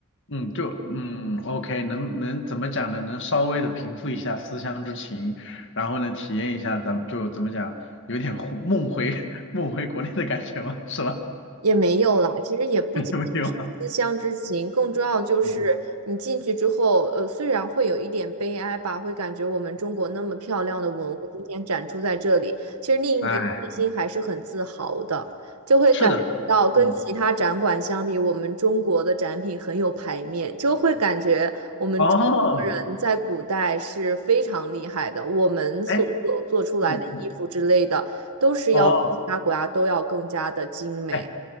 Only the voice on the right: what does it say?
也没有啦，其实也不仅仅是思乡之情，
更重要就是你进去之后，
呃，虽然会有一点悲哀吧，会感觉我们中国那么漂亮的文物今天展出在这里，其实另一点内心还是很自豪的，
就会感觉到跟其他展馆相比，
我们中国的展品很有排面，就会感觉我们中国人在古代是非常厉害的，
我们所做做出来的衣服之类的，
都是要比其他国家都要更加的精美。